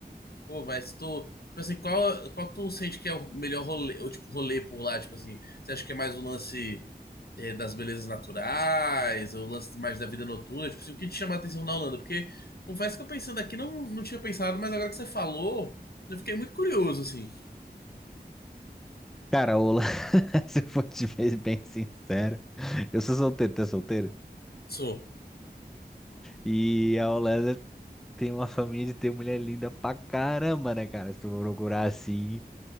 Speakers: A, on the left; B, in the centre.
A: Pô, mas tô, tipo assim, qual, qual tu sente que é o melhor rolê, ou tipo rolê por lá, tipo assim, você acha que é mais o lance é, das belezas naturais, ou o lance mais da vida noturna, tipo assim, o que te chama a atenção na Holanda? Porque confesso que eu pensando aqui não, não tinha pensado, mas agora que você falou, eu fiquei muito curioso assim.
B: Cara, a Holanda, <laughs> se eu for te ver bem sincero, eu sou solteiro, tu é solteiro?
A: Sou.
B: E a Holanda tem uma família de ter mulher linda pra caramba, né, cara? Se tu for procurar assim.